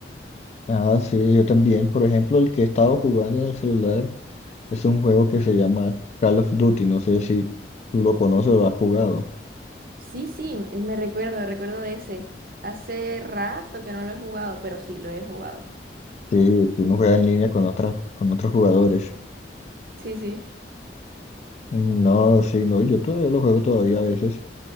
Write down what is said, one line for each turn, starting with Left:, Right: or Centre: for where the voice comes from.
Left: Ah, sí, yo también, por ejemplo, el que he estado jugando en el celular es un juego que se llama Call of Duty, no sé si tú lo conoces o lo has jugado,
Right: Sí, sí, eh, me recuerdo, recuerdo de ese. Hace rato que no lo he jugado, pero sí, lo he jugado.
Left: sí que uno juega en línea con otras, con otros jugadores.
Right: Sí, sí.
Left: Mm, No, sí, no, yo todavía lo juego todavía a veces